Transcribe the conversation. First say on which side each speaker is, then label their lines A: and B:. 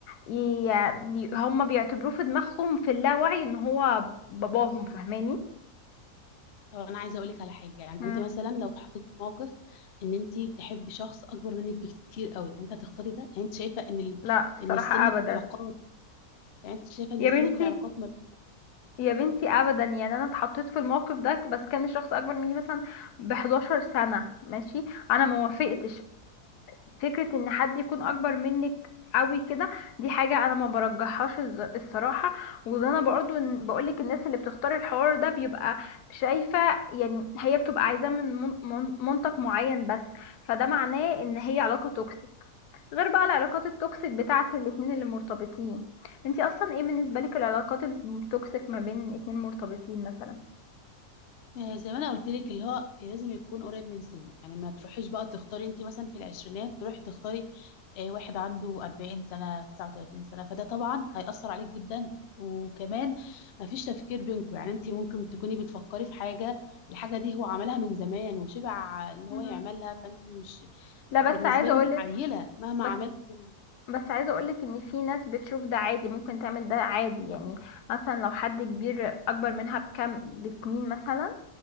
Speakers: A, on the left; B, on the left.
A: ي... ي- هما بيعتبروه في دماغهم في اللاوعي ان هو باباهم فاهماني
B: طب أنا عايزة أقولك على حاجة يعني
A: مم.
B: أنت مثلا لو اتحطيتي في موقف إن أنت تحبي شخص أكبر منك بكتير قوي يعني أنت هتختاري ده يعني انت شايفه ان ال...
A: لا الصراحة
B: ان السن
A: أبدا
B: في العلاقات، يعني انت شايفه ان
A: يا
B: السن
A: بنتي
B: في العلاقات ملوش
A: يا بنتي أبدا يعني أنا اتحطيت في الموقف ده بس كان شخص أكبر مني مثلا ب 11 سنة ماشي أنا
B: لازمه؟
A: ما وافقتش فكرة إن حد يكون أكبر منك قوي كده دي حاجة أنا ما برجحهاش الز- الصراحة وده أنا برضو إن- بقولك الناس اللي بتختار الحوار ده بيبقى شايفة يعني هي بتبقى عايزاه من من- من- منطق معين بس فده معناه إن هي علاقة توكسيك غير بقى العلاقات التوكسيك بتاعت الاتنين اللي مرتبطين انتي اصلا ايه بالنسبة لك العلاقات التوكسيك ما بين اتنين مرتبطين مثلا
B: آه، زي ما انا قلت لك اللي هو لازم يكون قريب من سنك يعني ما تروحيش بقى تختاري انت مثلا في العشرينات تروحي تختاري آه، واحد عنده 40 سنة 39 سنة فده طبعا هيأثر عليك جدا وكمان ما فيش تفكير بينكم يعني انت ممكن تكوني بتفكري في حاجة الحاجة دي هو عملها من زمان وشبع ان
A: مم.
B: هو يعملها فانت مش بالنسبة
A: لا بس عايزه
B: له
A: اقولك
B: انت عيلة مهما
A: بس
B: عملت يعني
A: بس عايزه اقولك ان في ناس بتشوف ده عادي ممكن تعمل ده عادي يعني مثلا لو حد كبير اكبر منها بكم بسنين مثلا